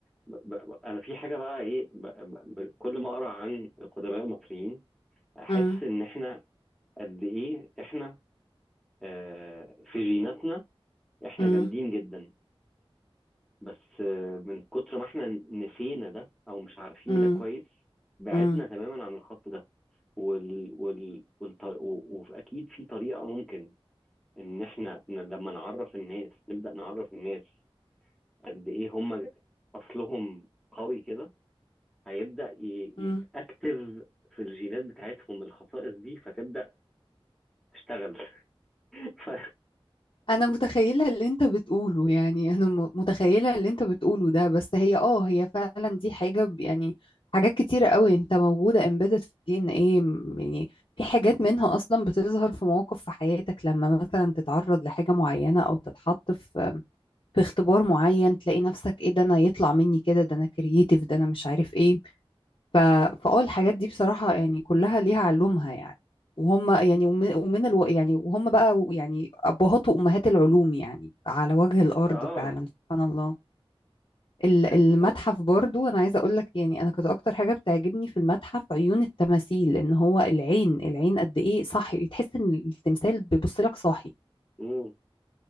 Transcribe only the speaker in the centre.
ب- ب- انا في حاجه بقى ايه ب- ب- ب- كل ما اقرا عن القدماء المصريين احس
ان احنا قد ايه احنا آه، في جيناتنا احنا
جامدين جدا بس آه، من كتر ما احنا نسينا ده او مش عارفين
ده كويس بعدنا
تماما عن الخط ده وال وال والط- و- واكيد في طريقه ممكن ان احنا ن- لما نعرف الناس نبدا نعرف الناس قد ايه هم اصلهم قوي كده هيبدا ي- يتاكتف
في الجينات بتاعتهم الخصائص دي فتبدا تشتغل <laughs> ف...
اه
ف...
مم.